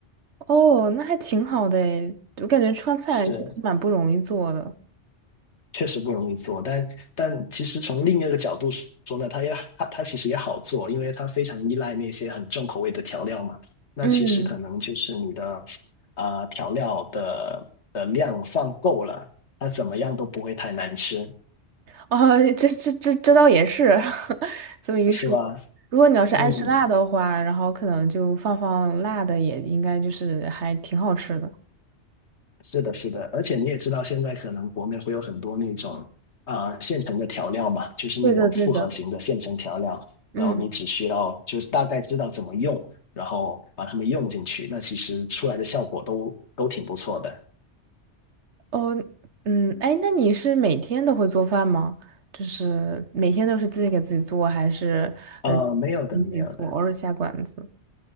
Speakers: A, on the right; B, on the left.
A: 哦，那还挺好的诶，我感觉川菜其实蛮不容易做的。
B: 是，确实不容易做，但但其实从另一个角度说呢，它也它它其实也好做，因为它非常依赖那些很重口味的调料嘛。那其实可能就是你的
A: 嗯，
B: 啊呃调料的的量放够了，它怎么样都不会太难吃，
A: <laughs> 哦，这这这这倒也是，<laughs> 这么一说，
B: 是吧？
A: 如果你要是爱吃辣的话，
B: 嗯。
A: 然后可能就放放辣的，也应该就是还挺好吃的。
B: 是的，是的，而且你也知道，现在可能国内会有很多那种啊、呃现成的调料嘛，就是那种复合型的现成调料，
A: 对的，对的。嗯，
B: 然后你只需要就是大概知道怎么用，然后把它们用进去，那其实出来的效果都都挺不错的。
A: 哦，嗯，哎，那你是每天都会做饭吗？就是每天都是自己给自己做，还是呃
B: 呃，没有的，
A: 你自己做，
B: 没有的，
A: 偶尔下馆子？